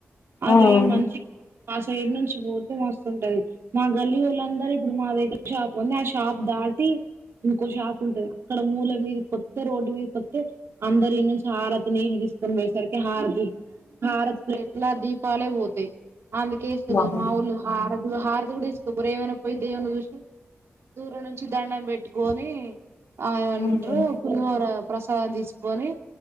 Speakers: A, on the right (about 70°); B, on the left (about 75°).
A: అరే
B: ఉమ్
A: మన్ష మా సైడ్ నుంచి పోతే మస్తుంటది మా గల్లీవోల్లు అందరూ ఇప్పుడు మా దగ్గర షాప్ ఉంది ఆ షాప్ ద ఆది ఇంకో షాప్ ఉంటది అక్కడ మూల మీద కొత్త రోడ్డు మీద కొత్తతే అందరి నుంచి ఆరాతి నీళ్ళు తీసుకొని పోయేసరికి హారతి హారతి ప్లేట్ల దీపాలే పోతాయి్ అందుకేఇస్తలేదు
B: వామ్మో
A: మావోలు హారతి హర్ కూడా తీసుకోపోరు ఏమైనా పోయి దేవుని చూసి దూరం నుంచి దండం పెట్టుకొని ఆయంటూ
B: ఉమ్
A: పులిహోర ప్రసాదం తీసుకొని